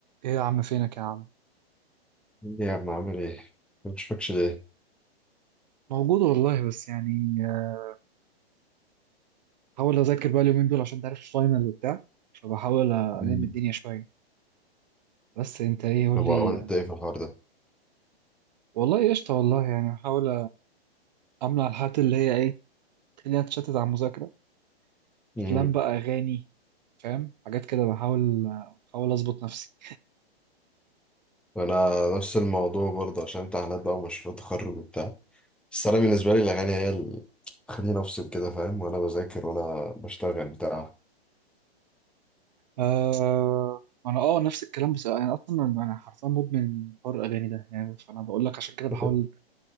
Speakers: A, on the right (about 45°); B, in the centre.
A: ايه يا عم فينك يا عم
B: يا عم عامل ايه؟ ما بشوفكش ليه؟
A: موجود والله بس يعني آه، بحاول اذاكر بقى اليومين دول عشان تعرف الفاينل وبتاع فبحاول الم
B: مم.
A: الدنيا شويه بس انت ايه قول
B: طب
A: لي
B: عملت ايه في الحوار ده؟
A: والله قشطه والله يعني بحاول امنع الحاجات اللي هي ايه تخليني اتشتت على المذاكره افلام
B: امم
A: بقى اغاني فاهم حاجات كده بحاول بحاول اظبط نفسي
B: انا نفس الموضوع برضه عشان امتحانات بقى ومشروع تخرج وبتاع بس انا بالنسبه لي الاغاني هي اللي خليني افصل كده فاهم وانا بذاكر وانا بشتغل بتاع
A: آه انا اه نفس الكلام بس انا اصلا انا حرفيا مدمن حوار الاغاني ده يعني فانا بقول لك عشان كده بحاول
B: <laughs>